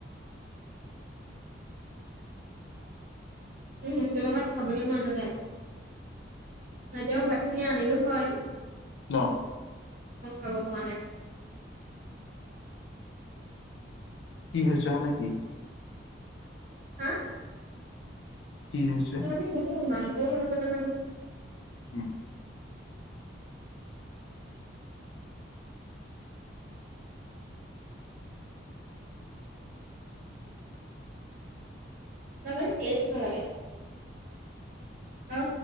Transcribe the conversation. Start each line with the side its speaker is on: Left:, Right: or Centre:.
Right: হোষ্টেলৰ ভাত খাবলৈ মন নাযায়, এতিয়াও ভাত খিনি আনিলো হয়।
Left: ন,
Right: মই খাব পৰা নাই।
Left: কি হৈছে মানে কি?
Right: হা?
Left: কি হৈছে
Right: <unintelligible> মাংস এই বনাব নাজানে।
Left: হম,
Right: তাৰ মানে টেষ্ট নালাগে। অ,